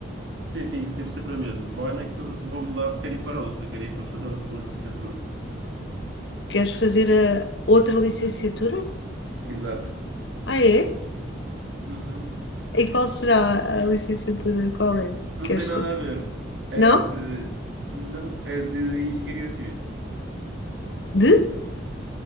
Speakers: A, on the right (about 70°); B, on the left (about 65°).
A: Sim, sim, teve sempre a mesma. Para o ano é que eu vou mudar, quero ir para outra, quero ir para fazer outra licenciatura.
B: Queres fazer a outra licenciatura?
A: Exato.
B: Ah, é?
A: Uhum.
B: E qual será a licenciatura? Qual é?
A: Não
B: Queres
A: tem nada
B: fazer?
A: a ver. É
B: Não?
A: de. Não, é de engenharia civil.
B: De?